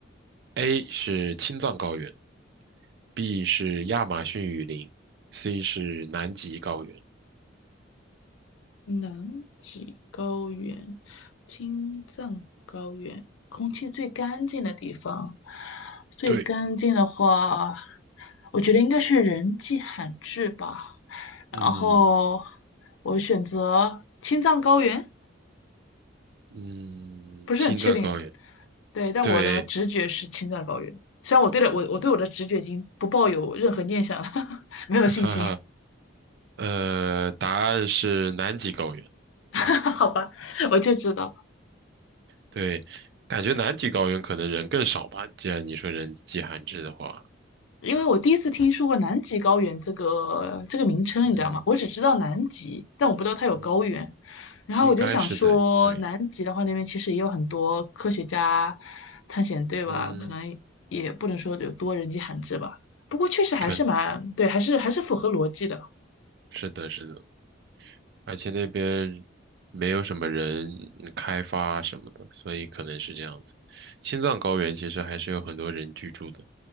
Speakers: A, on the right; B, on the left.
A: ？A 是青藏高原，B 是亚马逊雨林，C 是南极高原。
B: 南极高原、青藏高原，空气最干净的地方，最干净的话，
A: 对。
B: 我觉得应该是人迹罕至吧。然后
A: 嗯
B: 我选择青藏高原，
A: 嗯，
B: 不是很确定，
A: 青藏高原，
B: 对，但我的直觉是青藏高原。
A: 对，
B: 虽然我对了我我对我的直觉已经不抱有任何念想了，<laughs> 没有信心，
A: 哈哈，呃，答案是南极高原，
B: <laughs> 好吧，我就知道，
A: 对，感觉南极高原可能人更少吧，既然你说人迹罕至的话，
B: 因为我第一次听说过南极高原这个这个名称，
A: 嗯
B: 你知道吗？我只知道南极，但我不知道它有高原。
A: 嗯，
B: 然后我就想说，
A: 应该是在，对，
B: 南极的话，那边其实也有很多科学家、探险队吧，
A: 嗯，
B: 可能也不能说有多人迹罕至吧。不过确实还是蛮对，
A: 肯，
B: 还是还是符合逻辑的。
A: 是的，是的，而且那边没有什么人嗯开发什么的，所以可能是这样子。青藏高原其实还是有很多人居住的，